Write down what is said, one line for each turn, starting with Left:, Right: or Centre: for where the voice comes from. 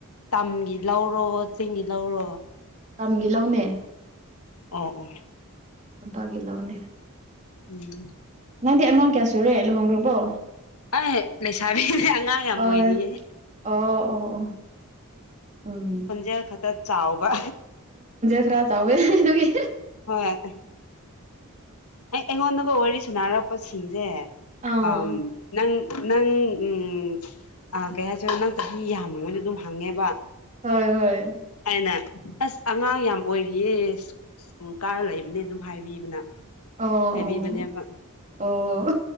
Left: ꯇꯝꯒꯤ ꯂꯧꯔꯣ ꯆꯤꯡꯒꯤ ꯂꯧꯔꯣ
Right: ꯇꯝꯒꯤ ꯂꯧꯅꯦ
Left: ꯑꯣ ꯑꯣ
Right: ꯂꯄꯥꯒꯤ ꯂꯧꯅꯦ
Left: ꯎꯝ
Right: ꯅꯪꯗꯤ ꯑꯉꯥꯡ ꯀꯌꯥ ꯁꯨꯔꯦ ꯂꯨꯍꯣꯡꯈ꯭ꯔꯕꯣ
Left: ꯑꯩꯍ ꯂꯩꯁꯥꯕꯤꯁꯦ ꯑꯉꯥꯡ ꯌꯥꯝ
Right: ꯑꯣ
Left: ꯑꯣꯏꯔꯤꯌꯦꯦ
Right: ꯑꯣ ꯑꯣ ꯎꯝ
Left: ꯈꯣꯟꯖꯦꯜ ꯈꯛꯇ ꯆꯥꯎꯕ
Right: ꯈꯔꯥ ꯆꯥꯎꯋꯦ ꯑꯗꯨꯒꯤ
Left: ꯍꯣꯏ ꯑꯩ ꯑꯩꯉꯣꯟꯗꯒ ꯋꯥꯔꯤ ꯁꯥꯟꯅꯔꯛꯄꯁꯤꯡꯁꯦ
Right: ꯑꯥ
Left: ꯑ ꯅꯪ ꯅꯪ ꯎꯝ ꯀꯩ ꯍꯥꯏꯁꯤꯔ ꯅꯪ ꯆꯍꯤ ꯌꯥꯝꯃꯉꯩꯗ ꯑꯗꯨꯝ ꯍꯪꯉꯦꯕ
Right: ꯍꯣꯏ ꯍꯣꯏ
Left: ꯑꯩꯅ ꯑꯁ ꯑꯉꯥꯡ ꯌꯥꯝ ꯑꯣꯏꯔꯤꯌꯦ ꯁ꯭ꯀꯨꯜ ꯀꯥꯔ ꯂꯩꯕꯅꯦ ꯑꯗꯨꯝ ꯍꯥꯏꯕꯤꯕꯅ
Right: ꯑꯣ
Left: ꯍꯥꯏꯕꯤꯕꯅꯦꯕ
Right: ꯑꯣ ꯑꯣ